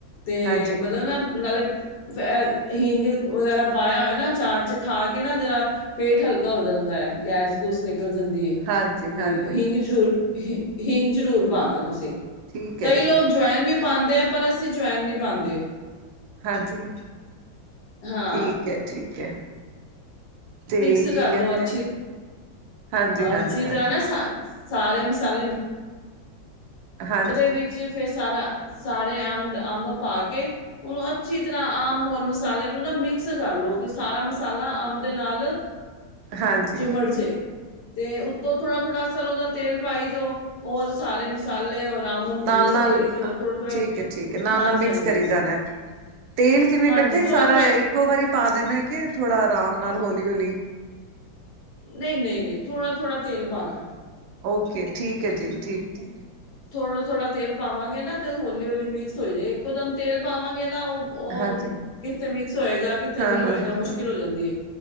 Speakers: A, on the left; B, on the right.
A: ਤੇ
B: ਹਾਂਜੀ,
A: ਮਤਲਬ ਨਾ ਨਾਲੇ ਹਿੰਗ ਵਗੈਰਾ ਪਾਇਆ ਹੋਏ ਨਾ ਚਾਰ ਚ ਖਾ ਕੇ ਕੇ ਨਾ ਜਿਹੜਾ ਪੇਟ ਹਲਕਾ ਹੋ ਜਾਂਦਾ ਹੈ ਗੈਸ-ਗੂਸ ਨਿਕਲ ਜਾਂਦੀ।
B: ਹਾਂਜੀ,
A: ਤੇ
B: ਹਾਂਜੀ
A: ਹੀਂਗ ਜਰੂਰ ਹਿ ਹਿੰਗ ਜਰੂਰ ਪਾਣਾ ਤੁਸੀਂ
B: ਠੀਕ
A: ਕਈ
B: ਹੈ
A: ਲੋਕ
B: ਜੀ,
A: ਜਵੈਨ ਵੀ ਪਾਂਦੇ ਐ ਪਰ ਅਸੀਂ ਜਵੈਨ ਨਹੀਂ ਪਾਂਦੇ।
B: ਹਾਂਜੀ
A: ਹਾਂ
B: ਠੀਕ ਹੈ, ਠੀਕ ਹੈ। ਤੇ
A: ਮਿਕਸ
B: ਕੀ
A: ਕਰਲੋ
B: ਕਹਿੰਦੇ
A: ਅੱਛੀ
B: ਹਾਂਜੀ, ਹਾਂਜੀ,
A: ਅੱਛੀ
B: ਹਾਂਜੀ,
A: ਤਰ੍ਹਾਂ ਨਾ ਸਾ ਸਾਰੇ ਮਸਾਲੇ
B: ਹਾਂਜੀ,
A: ਉਹਦੇ ਵਿੱਚ ਫੇਰ ਸਾਰਾ ਸਾਰੇ ਅੰਮ ਅੰਮ ਪਾ ਕੇ ਉਹਨੂੰ ਅੱਛੀ ਤਰ੍ਹਾਂ ਅੰਮ ਔਰ ਮਸਾਲੇ ਨੂੰ ਨਾ ਮਿਕਸ ਕਰ ਲਓ ਕਿ ਸਾਰਾ ਮਸਾਲਾ ਅੰਮ ਦੇ ਨਾਲ
B: ਹਾਂਜੀ
A: ਚੀਮੜ ਜੇ ਤੇ ਉੱਤੋਂ ਥੋੜਾ-ਥੋੜਾ ਸਰੋਂ ਦਾ ਤੇਲ ਪਾਈ ਜੋ ਔਰ ਸਾਰੇ ਮਸਾਲੇ ਅੰਬ ਨੂੰ
B: ਨਾਲ-ਨਾਲ,
A: ਮਿਕਸ ਕਰੀ ਜੋ ਥੋੜਾ ਥੋੜਾ
B: ਠੀਕ ਏ-ਠੀਕ ਏ, ਨਾਲ-ਨਾਲ
A: ਹਾਂਜੀ
B: ਮਿਕਸ
A: ਹਾਂਜੀ
B: ਕਰੀ ਜਾਣਾ। ਤੇਲ ਕਿਵੇਂ
A: ਹਾਂਜੀ
B: ਇਕੱਠਾ ਹੀ
A: ਥੋੜਾ
B: ਸਾਰਾ
A: ਥੋੜਾ
B: ਇੱਕੋ ਵਾਰੀ ਪਾ ਦੇਣਾ ਕਿ ਥੋੜਾ ਆਰਾਮ ਨਾਲ ਹੌਲੀ-ਹੌਲੀ।
A: ਨਹੀਂ-ਨਹੀਂ-ਨਹੀਂ ਥੋੜ੍ਹਾ-ਥੋੜ੍ਹਾ ਤੇਲ ਪਾਣਾ।
B: ਓਕੇ ਠੀਕ ਐ ਜੀ ਠੀਕ-ਠੀਕ।
A: ਥੋੜ੍ਹਾ-ਥੋੜ੍ਹਾ ਤੇਲ ਪਾਵਾਂਗੇ ਨਾ, ਤੇ ਹੌਲੀ- ਹੌਲੀ ਮਿਕਸ ਹੋਈ ਜਏ। ਇੱਕੋ ਦਮ ਤੇਲ ਪਾਵਾਂਗੇ ਨਾ ਉਹ ਉਹ
B: ਹਾਂਜੀ
A: ਕਿੱਥੇ ਮਿਕਸ ਹੋਏਗਾ, ਕਿੱਥੇ
B: ਹਾਂ
A: ਨਹੀਂ
B: ਹਾਂ
A: ਹੋਏਗਾ?
B: ਹਾਂ
A: ਮੁਸ਼ਕਿਲ
B: ਹਾਂ
A: ਹੋ ਜਾਂਦੀ ਏ।